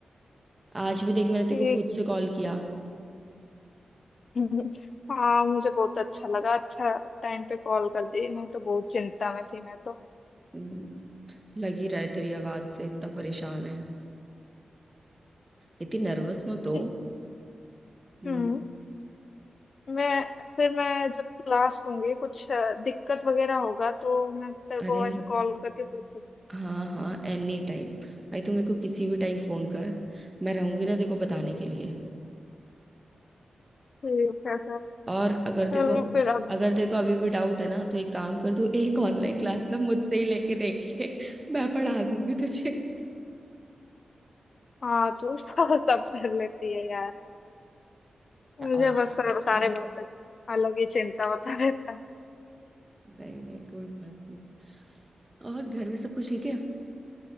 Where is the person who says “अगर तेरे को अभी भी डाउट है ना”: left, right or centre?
Right